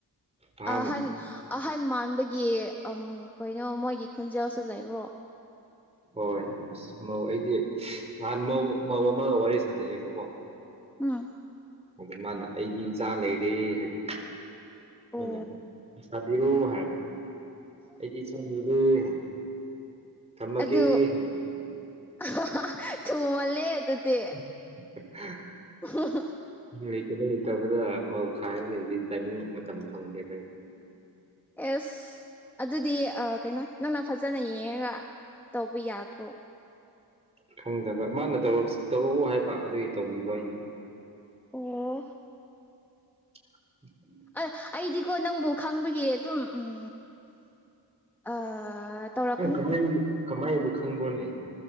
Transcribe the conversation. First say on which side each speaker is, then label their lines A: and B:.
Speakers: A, on the right; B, in the centre.
A: ꯅꯍꯥꯟ
B: ꯑꯍꯟ ꯑꯍꯟ ꯃꯥꯟꯕꯒꯤ ꯑꯝ ꯀꯩꯅꯣ ꯃꯣꯏꯒꯤ ꯈꯨꯟꯖꯦꯜꯁꯨ ꯂꯩꯕ꯭ꯔꯣ
A: ꯍꯣꯏ ꯑꯁ ꯃꯧ ꯑꯩꯗꯤ ꯅꯍꯥꯟ ꯃꯧ ꯑꯃꯒ ꯋꯥꯔꯤ ꯁꯥꯟꯅꯩꯌꯦꯕꯀꯣ
B: ꯎꯝ
A: ꯑꯗ ꯃꯥꯅ ꯑꯩꯗꯤ ꯏꯆꯥ ꯂꯩꯔꯦ ꯍꯥꯏꯗꯤ ꯑꯩꯅ
B: ꯑꯣ
A: ꯂꯩꯆꯥꯕꯤꯔꯣ ꯍꯥꯏꯔꯒ ꯑꯩꯗꯤ ꯏꯆꯥ ꯂꯩꯔꯦ ꯍꯥꯏ ꯊꯝꯃꯒꯦ
B: ꯑꯗꯨ
A: <unintelligible>
B: <unintelligible> ꯊꯨꯃꯜꯂꯦ ꯑꯗꯨꯗꯤ
A: <unintelligible>
B: <unintelligible>
A: ꯂꯩꯇꯕ ꯂꯩꯇꯕꯗ ꯃꯧ ꯈꯥꯏꯔꯒ ꯂꯩꯕꯤ ꯇꯥꯏꯃꯤꯡ ꯃꯇꯝ ꯐꯪꯗꯦꯕ ꯑꯩ
B: ꯑꯦꯁ ꯑꯗꯨꯗꯤ ꯀꯩꯅꯣ ꯅꯪꯅ ꯐꯖꯅ ꯌꯦꯡꯉꯒ ꯇꯧꯕ ꯌꯥꯗ꯭ꯔꯣ
A: ꯈꯪꯗꯕ ꯃꯥꯅ ꯇꯧꯔꯛꯑꯣ ꯍꯥꯏꯕ ꯑꯗꯨꯒꯤ ꯇꯧꯕꯤꯕ ꯑꯩꯅ
B: ꯑꯣ
A: <inaudible>
B: ꯑ ꯑꯩꯗꯤꯀꯣ ꯅꯪꯕꯨ ꯈꯪꯕꯒꯤ ꯑꯗꯨꯝ ꯎꯝ ꯑ ꯇꯧꯔꯛꯄꯅꯦ
A: ꯅꯪ ꯀꯃꯥꯏ ꯀꯃꯥꯏꯕꯨ ꯈꯪꯕ꯭ꯔꯣꯅꯦ